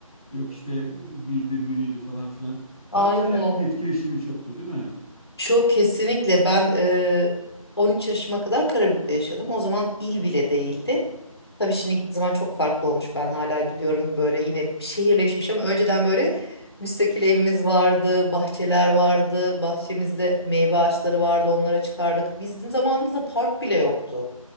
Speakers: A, in the centre; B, on the left.
A: yok işte e, birdir biriydi falan filan.
B: Aynen.
A: Daha böyle etkileşimi çoktu değil mi?
B: Çok kesinlikle ben e, 13 yaşıma kadar Karabük'te yaşadım. O zaman il bile değildi. Tabii şimdi gittiğim zaman çok farklı olmuş. Ben hala gidiyorum böyle yine şehirleşmiş ama önceden böyle müstakil evimiz vardı, bahçeler vardı, bahçemizde meyve ağaçları vardı, onlara çıkardık. Bizim zamanımızda park bile yoktu.